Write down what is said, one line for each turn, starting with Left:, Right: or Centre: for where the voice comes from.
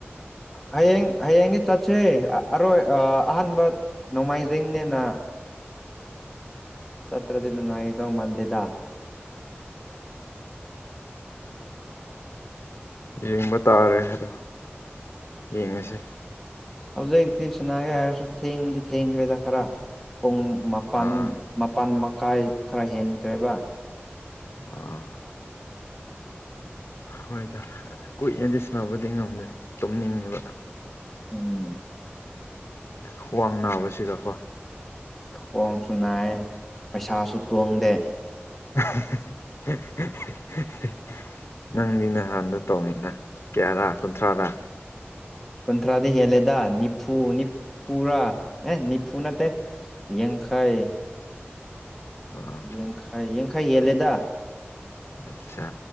Centre: ꯍꯌꯦꯡ ꯍꯌꯦꯡꯗꯤ ꯆꯠꯁꯦ ꯑꯔꯣꯏ ꯑꯍꯥꯟꯕ ꯅꯣꯡꯃꯥꯏꯖꯤꯡꯅꯤ ꯅ ꯆꯇ꯭ꯔꯗꯤꯅꯅꯨꯡ ꯉꯥꯏꯗ ꯃꯥꯟꯗꯤꯗ
Left: ꯑ ꯌꯦꯡꯕ ꯇꯥꯔꯦ ꯍꯥꯏꯗꯣ ꯌꯦꯡꯉꯁꯤ
Centre: ꯍꯧꯖꯛꯛꯇ ꯁꯅꯥꯒꯦ ꯍꯥꯏꯔꯁꯨ ꯊꯦꯡꯗꯤ ꯊꯦꯡꯈ꯭ꯔꯦꯗ ꯈꯔ ꯄꯨꯡ ꯃꯄꯜ
Left: ꯑꯥ
Centre: ꯃꯄꯜ ꯃꯈꯥꯏ ꯈꯔ ꯍꯦꯟꯈ꯭ꯔꯦꯕ
Left: ꯑꯥ ꯍꯣꯏꯗ ꯀꯨꯏꯅꯗꯤ ꯁꯕꯨꯗꯤ ꯉꯝꯗꯦ ꯇꯨꯝꯅꯤꯡꯉꯕ
Centre: ꯎꯝ
Left: ꯈ꯭ꯋꯥꯡ ꯅꯥꯕꯁꯤꯒꯀꯣ
Centre: ꯈꯣꯡꯁꯨ ꯅꯥꯏ ꯄꯩꯁꯥꯁꯨ ꯇꯣꯡꯗꯦ
Left: <unintelligible> ꯅꯪꯗꯤ ꯅꯍꯥꯟꯗ ꯇꯣꯡꯉꯤꯅ ꯀꯌꯥꯔꯥ ꯀꯨꯟꯊ꯭ꯔꯥꯔꯥ
Centre: ꯀꯨꯟꯊ꯭ꯔꯥꯗꯤ ꯍꯦꯜꯂꯦꯗ ꯅꯤꯐꯨ ꯅꯤ ꯄꯨꯔꯥ ꯑꯦ ꯅꯤꯐꯨ ꯅꯠꯇꯦ ꯌꯦꯡꯈꯩ
Left: ꯑꯥ
Centre: ꯌꯦꯡꯈꯥꯏ ꯌꯦꯡꯈꯥꯏ ꯍꯦꯜꯂꯦꯗ
Left: ꯑꯆꯥ